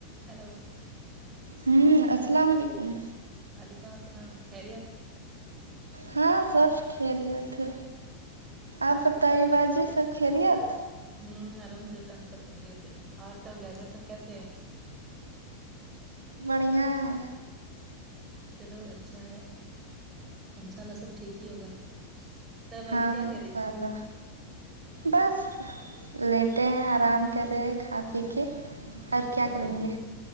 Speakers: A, on the right; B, on the right.
A: hello
B: ہوں السلام علیکم
A: وعلیکم السلام خیریت
B: ہاں سب خھرت ہے آپ بتائیے باجی سب خھریت
A: ہوں الحمد للہ سب خھرت ہوتے ہیں اور تو گھر میں سب کیسے ہے
B: بڑیا ہے
A: چلو اچھا ہے انشاء اللہ سب ٹھیک ہی ہوگا تب
B: ہاں
A: ابھی کیا
B: انشاء
A: کر رہی تھی
B: اللہ بس لیٹے ہیں آرام کر رہے ہیں کھا پی کے اور کیا
A: او
B: کریں گے